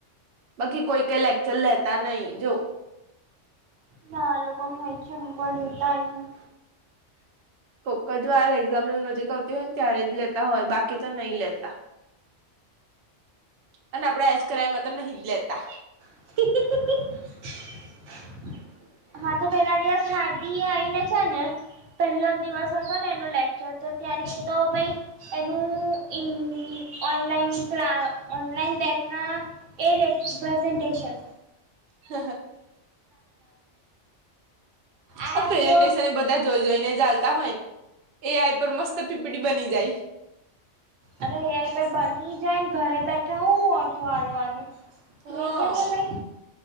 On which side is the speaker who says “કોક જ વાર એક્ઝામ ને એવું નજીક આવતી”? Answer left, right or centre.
Right